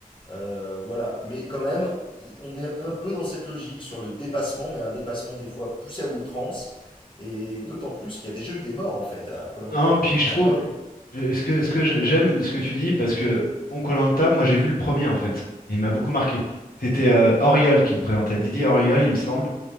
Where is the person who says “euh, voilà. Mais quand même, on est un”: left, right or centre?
Left